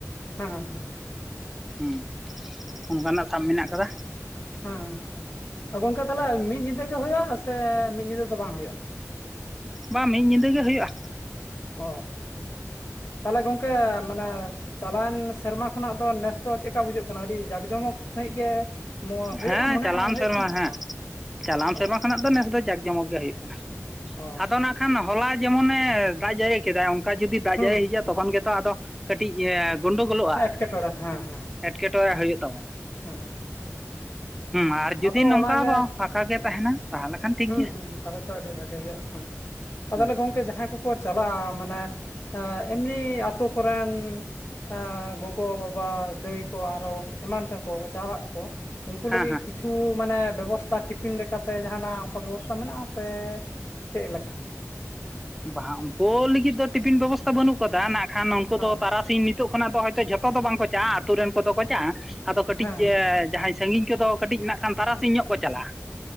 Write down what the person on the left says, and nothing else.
ᱚ ᱦᱚᱸ
ᱦᱮᱸ ᱛᱚ ᱜᱚᱝᱠᱮ ᱛᱟᱦᱚᱞᱮ ᱢᱤᱫ ᱧᱤᱫᱟᱹ ᱜᱮ ᱦᱩᱭᱩᱜ-ᱟ ᱥᱮ ᱢᱤᱫ ᱧᱤᱫᱟᱹ ᱫᱚ ᱵᱟᱝ ᱦᱩᱭᱩᱜ-ᱟ?
ᱚ ᱛᱟᱦᱚᱞᱮ ᱜᱚᱝᱠᱮ ᱢᱟᱱᱮ ᱪᱟᱞᱟᱣᱮᱱ ᱥᱮᱨᱢᱟ ᱠᱷᱚᱱᱟᱜ ᱫᱚ ᱱᱮᱥ ᱫᱚ ᱪᱮᱫᱠᱟ ᱵᱩᱡᱷᱟᱹᱜ ᱠᱟᱱᱟ ᱟᱹᱰᱤ ᱡᱟᱠ ᱡᱚᱢᱚᱠ ᱥᱟᱺᱦᱤᱡ ᱜᱮ ᱦᱩᱭᱩᱜᱼᱟ
ᱢᱚᱱᱮ
ᱦᱩᱭᱩᱜ
ᱠᱟᱱᱟ
ᱚ
ᱚ
ᱚ
ᱦᱩᱸ
ᱮᱴᱠᱮᱴᱚᱬᱮ
ᱦᱮᱸ ᱦᱮᱸ
ᱦᱮᱸ
ᱟᱫᱚ
ᱚᱱᱟᱜᱮ
ᱦᱩᱸ
ᱦᱩᱸ ᱛᱟᱦᱞᱮ ᱛᱚ ᱟᱹᱰᱤ ᱵᱷᱟᱜᱤ ᱦᱩᱭᱩᱜ-ᱟ ᱦᱮᱸ, ᱟ
ᱛᱟᱦᱞᱮ ᱜᱚᱝᱠᱮ ᱡᱟᱦᱟᱸᱭ ᱠᱚ ᱠᱚ ᱪᱟᱞᱟᱜ-ᱟ ᱢᱟᱱᱮ ᱮᱢᱱᱤ ᱟᱹᱛᱳ ᱠᱚᱨᱮᱱ ᱮᱸ, ᱜᱚᱜᱚ, ᱵᱟᱵᱟ, ᱫᱟᱹᱭ ᱠᱚ ᱟᱨᱚ ᱮᱢᱟᱱ ᱛᱮᱠᱚ ᱠᱚ ᱪᱟᱞᱟᱜ-ᱟ ᱠᱚ ᱩᱱᱠᱩ
ᱞᱟᱹᱜᱤᱫ ᱠᱤᱪᱷᱩ ᱢᱟᱱᱮ ᱵᱮᱵᱚᱥᱛᱷᱟ ᱴᱤᱯᱤᱱ ᱞᱮᱠᱟᱛᱮ ᱡᱟᱸᱦᱟᱱᱟᱜ ᱠᱚ ᱵᱮᱵᱚᱥᱛᱟ ᱢᱮᱱᱟᱜ-ᱟ ᱥᱮ ᱪᱮᱫ ᱞᱮᱠᱟ?
ᱦᱮᱸ
ᱦᱮᱸ